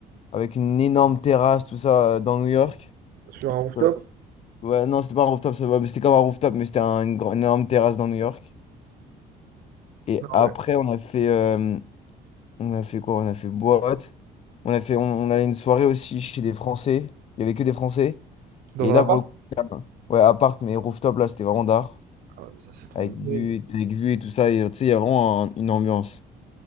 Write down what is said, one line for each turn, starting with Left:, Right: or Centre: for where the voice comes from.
Left: avec une énorme terrasse, tout ça, euh, dans New York.
Right: sur un rooftop?
Left: Ouais, Ouais, non, c'était pas un rooftop, ça va, mais c'était comme un rooftop, mais c'était un- une, grande- une énorme terrasse dans New York. Et
Right: Non,
Left: après,
Right: ouais.
Left: on a fait, euh, on a fait quoi? On a fait boîte. On a fait, on, on allait une soirée aussi chez des Français. Il y avait que des Français.
Right: Dans
Left: Et
Right: un
Left: là,
Right: appart?
Left: pour le coup, euh, ouais, appart, mais rooftop, là, c'était vraiment d'art.
Right: Ah ouais, mais ça, c'est trop
Left: Avec
Right: une dinguerie.
Left: vue, avec vue et tout ça. Et, euh, tu sais, il y a vraiment un- une ambiance